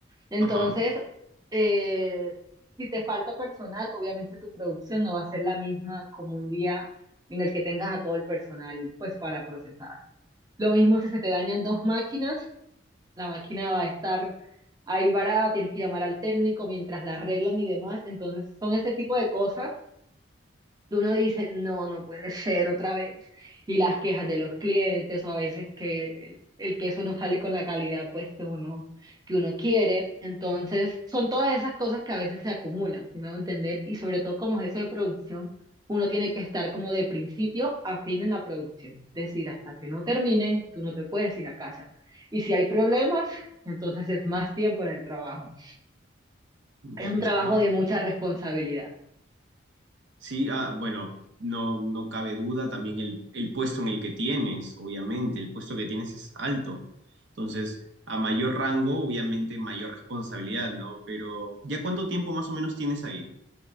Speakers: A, on the right; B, on the right.
A: Entonces,
B: Ajá,
A: eh, si te falta personal, obviamente tu producción no va a ser la misma como un día en el que tengas a todo el personal, pues, para procesar. Lo mismo si se te dañan dos máquinas, la máquina va a estar ahí varada, tienes que llamar al técnico mientras la arreglan y demás. Entonces, son ese tipo de cosas que uno dice, no, no puede ser otra vez. Y las quejas de los clientes o a veces que el, el queso no sale con la calidad pues que uno, que uno quiere. Entonces, son todas esas cosas que a veces se acumulan, si me hago entender, y sobre todo como jefe de producción, uno tiene que estar como de principio a fin en la producción. Es decir, hasta que no terminen, tú no te puedes ir a casa. Y si hay problemas, entonces es más tiempo en el trabajo.
B: interesante.
A: Es un trabajo de mucha responsabilidad.
B: Sí, ah, bueno, no, no cabe duda también el, el puesto en el que tienes, obviamente, el puesto que tienes es alto. Entonces, a mayor rango, obviamente, mayor responsabilidad, ¿no? Pero, ¿ya cuánto tiempo más o menos tienes ahí?